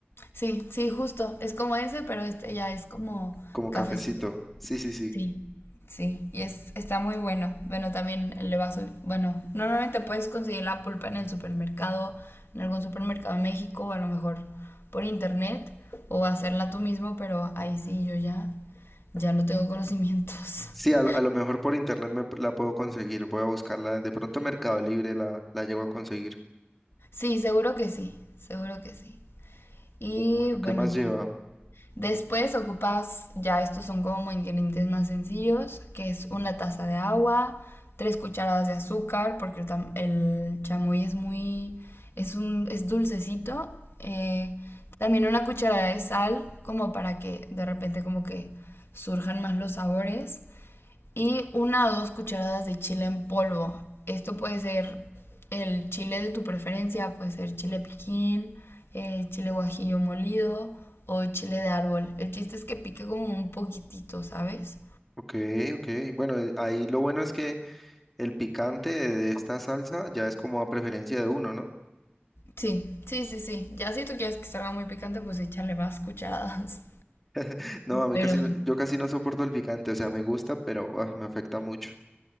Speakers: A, on the left; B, in the centre.
A: sí, sí, justo. Es como ese, pero este ya es como
B: como
A: cafecito.
B: cafecito. Sí, sí, sí.
A: Sí, sí. Y es, está muy bueno. Bueno, también le vas a... Bueno, normalmente puedes conseguir la pulpa en el supermercado, en algún supermercado en México, o a lo mejor por internet, o hacerla tú mismo, pero ahí sí yo ya, ya no tengo conocimientos.
B: Sí,
A: <laughs>
B: a, lo a lo mejor por internet me p- la puedo conseguir. Voy a buscarla. De pronto en Mercado Libre la, la llego a conseguir.
A: Sí, seguro que sí, seguro que sí. Y
B: Bueno,
A: bueno.
B: ¿qué más lleva?
A: Después ocupas, ya estos son como ingredientes más sencillos, que es una taza de agua, tres cucharadas de azúcar, porque el, el chamoy es muy, es un, es dulcecito. eh, también una cucharada de sal, como para que de repente como que surjan más los sabores y una o dos cucharadas de chile en polvo. Esto puede ser el chile de tu preferencia, puede ser chile piquín, eh, chile guajillo molido o chile de árbol. El chiste es que pique como un poquitito, ¿sabes?
B: Ok, ok. Bueno, eh, ahí lo bueno es que el picante de, de esta salsa ya es como a preferencia de uno, ¿no?
A: Sí, sí, sí, sí. Ya si tú quieres que salga muy picante, pues échale más cucharadas.
B: <laughs> No, a mí
A: Pero,
B: casi, no- yo casi no soporto el picante. O sea, me gusta, pero ah, me afecta mucho.